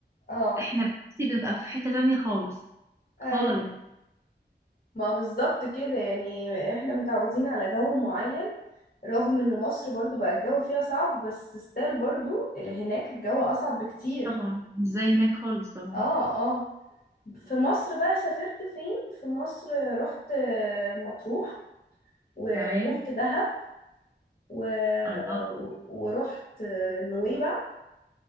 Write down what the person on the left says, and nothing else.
اه
ايوه
ما بالظبط كده يعني احنا متعودين على جو معين رغم ان مصر برضو بقى الجو فيها صعب بس ستيل برضو اللي هناك الجو اصعب بكتير
اه اه في مصر بقى سافرت فين في مصر رحت آه، مطروح ورحت
دهب و...
و- ورحت آه، نويبع